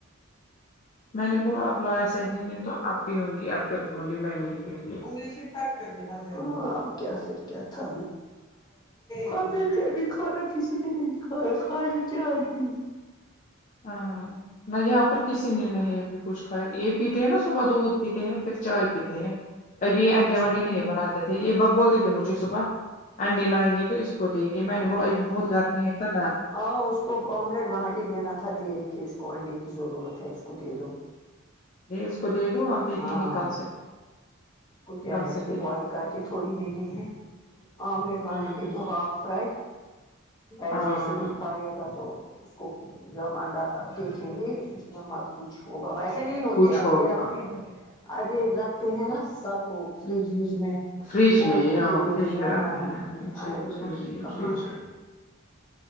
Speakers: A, on the left; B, on the left.
A: میں نے بولا اب لایا سہری نے تو اب پیوں گی اب کیا بولوں گی میں نہیں پیوں گی
B: یہی تک ہاں اب کیا پھر کیا تھا
A: گی
B: کانے بھی اب کھانا کسی نے نہیں کایا خالی چائے پی
A: ہاں نہ یہاں پر کسی نے نہیں ابھی کچھ کھایا ایک پیتے ہیں نا صبح دودھ پیتے ہیں پھر چائے پیتے ہیں ابھی انڈے
B: اچھا
A: وڈے نہیں بنا دیتے یہ ب بولتی تھے مجھے صبح انڈے لگائیں گے تو کو دیں گے میں نے بولو ابھی بہت گرمی ہے تھا نا
B: ہ اس کو آملیٹ بنا کے دینا تھا دیکھ کے اس کو انڈے کی ضرورت ہے اس کو دے دو
A: میں اس کو دے دوں اب دیکھیں
B: ہاں
A: گے کل سے
B: اس کو کیا
A: کل
B: ہے اس
A: سے دیکھیں
B: کو بوائل
A: گے
B: کر کے تھوڑی دینے ہے آملیٹ بنا
A: ہوں
B: کے دو ہاف فرائی فرائی
A: ہاں
B: جیسے ہی کھائے گا تو اس کو جب انڈا دیکھیں گے اس میں مت کچھ ہوگا ویسے نہیں ہوتے
A: کچھ
B: اب
A: ہوگا
B: یہ رکھتے ہیں اب یہ رکھتے ہیں نا سب لوگ فریج وج میں
A: فریج
B: کولڈ
A: میں ہاں
B: اسٹوریج
A: فریج
B: میں
A: رکھتے
B: ہاں
A: ہیں جی
B: آئے
A: جی
B: گار
A: جی
B: کہاں
A: جی
B: ہے
A: جی